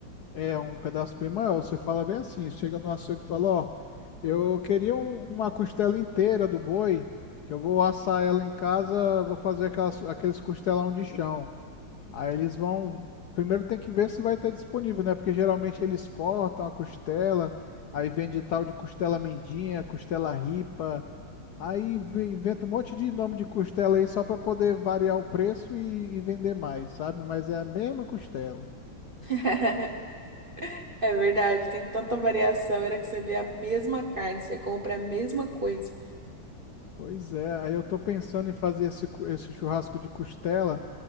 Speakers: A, on the left; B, on the right.
A: é um pedaço bem maior. Você fala bem assim, chega no açougue e fala, ó, eu queria um- uma costela inteira do boi, que eu vou assar ela em casa, vou fazer aquelas, aqueles costelão de chão. Aí eles vão. Primeiro tem que ver se vai ter disponível, né? Porque geralmente eles cortam a costela, aí vende tal de costela mendinha, costela ripa. Aí ve- inventa um monte de nome de costela aí só para poder variar o preço e, e vender mais, sabe? Mas é a mesma costela.
B: <laughs> É verdade, tem tanta variação. Era que você vê a mesma carne, você compra a mesma coisa.
A: Pois é, aí eu tô pensando em fazer esse, cu- esse churrasco de costela,